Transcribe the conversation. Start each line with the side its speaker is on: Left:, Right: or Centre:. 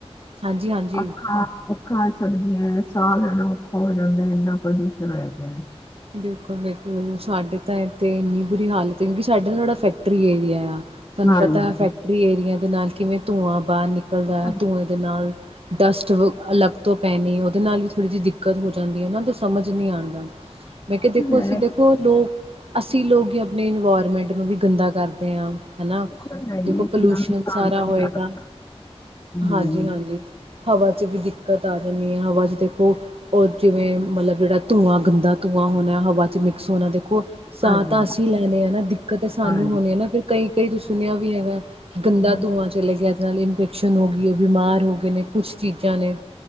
Right: ਹਾਂਜੀ ਹਾਂਜੀ
Left: ਅੱਖਾਂ ਖਾ ਸੜਦੀਆਂ ਸਾਹ ਲੈਣਾ ਔਖਾ ਹੋ ਜਾਂਦਾ ਇੰਨਾ ਪ੍ਰਦੂਸ਼ਣ ਹੋਇਆ ਪਇਆ।
Right: ਬਿਲਕੁਲ-ਬਿਲਕੁਲ ਸਾਡੇ ਤਾਂ ਇੱਥੇ ਇੰਨੀ ਬੁਰੀ ਹਾਲਤ ਹੈ ਕਿਉਂਕਿ ਸਾਡੇ ਥੋੜਾ ਫੈਕਟਰੀ ਏਰੀਆ ਆ। ਤੁਹਾਨੂੰ
Left: ਹਾਂਜੀ
Right: ਪਤਾ ਫੈਕਟਰੀ ਏਰੀਆਂ ਦੇ ਨਾਲ ਕਿਵੇਂ ਧੂੰਆਂ ਬਾਹਰ ਨਿਕਲਦਾ
Left: ਉਹ ਤਾਂ
Right: ਹੈ ਧੂੰਏ ਦੇ ਨਾਲ ਡਸਟ ਵ ਅਲੱਗ ਤੋਂ ਪੈਣੀ ਉਹਦੇ ਨਾਲ ਵੀ ਥੋੜ੍ਹੀ ਜਿਹੀ ਦਿੱਕਤ ਹੋ ਜਾਂਦੀ ਹੈ ਉਹਨਾਂ ਤੋਂ ਸਮਝ ਨੀ ਆਂਦਾ। ਮੈਂ ਕਿਹਾ
Left: ਉਹ ਤਾਂ
Right: ਦੇਖੋ
Left: ਹੈ
Right: ਅਸੀਂ ਦੇਖੋ ਲੋਕ ਅੱਸੀਂ ਲੋਕ ਹੀ ਆਪਣੇ ਇਨਵੋਲਵ ਮੈਂਟ ਨੂੰ ਵੀ ਗੰਦਾ ਕਰਦੇ ਹਾਂ ਹਨਾ
Left: ਉਹ ਤਾਂ ਹੈ ਹੀ
Right: ਦੇਖੋ
Left: ਹੈ
Right: ਪਲੂਸ਼ਨ
Left: ਕਿੰਨਾ ਨੁਕਸਾਨ
Right: ਸਾਰਾ
Left: ਪਹੁੰਚਾ
Right: ਹੋਏਗਾ
Left: ਰਿਹਾ। ਹੂੰ
Right: ਹਾਂਜੀ ਹਾਂਜੀ ਹਵਾ ਚ ਵੀ ਦਿੱ ਦਿੱਕਤ ਆ ਜਾਂਦੀ ਹੈ ਹਵਾ 'ਚ ਦੇਖੋ ਔਰ ਜਿਵੇਂ ਮਤਲਬ ਜਿਹੜਾ ਧੂੰਆਂ ਗੰਦਾ ਤੂੰ ਹੋ ਹਵਾ ਚ ਮਿਕਸ ਹੋਣਾ ਦੇਖੋ ਸਾਹ
Left: ਹਾਂਜੀ
Right: ਤਾਂ ਅਸੀਂ ਲੈਣੇ ਹਨਾ ਦਿੱਕਤ ਸਾਨੂੰ
Left: ਹਾਂਜੀ
Right: ਹੋਣੀ ਨਾ ਫਿਰ ਕਈ ਕਈ ਤੂੰ ਸੁਣਿਆ ਵੀ ਹੈਗਾ ਕਿ ਗੰਦਾ
Left: ਹੂੰ,
Right: ਧੂੰਆਂ ਚਲੇ ਗਿਆ ਨਾਲ ਇਨਫੈਕਸ਼ਨ ਹੋ ਗਈ ਹੈ ਬਿਮਾਰ ਹੋ ਗਏ ਨੇ ਕੁਛ ਚੀਜ਼ਾਂ ਨੇ